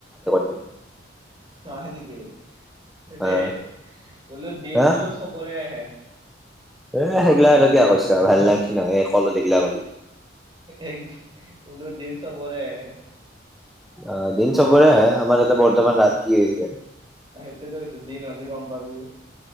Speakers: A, in the centre; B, on the right.
A: দিম
B: হয় নেকি দেই
A: অ
B: বোলো দিন
A: হা
B: বোলো চবৰে আহে
A: এ সেইগিলা আৰু কিয়া কৈছা? ভাল লাগছি নহয় এই কলত এইগিলা কলি
B: একদ বোলো দিন চবৰে আহে।
A: অঁ দিন চবৰে আহে আমাৰ ইয়াতে বৰ্তমান ৰাতি হৈ আছে।
B: সেইটোৱেটো কৈছো দিন হ'লে গম পাবি।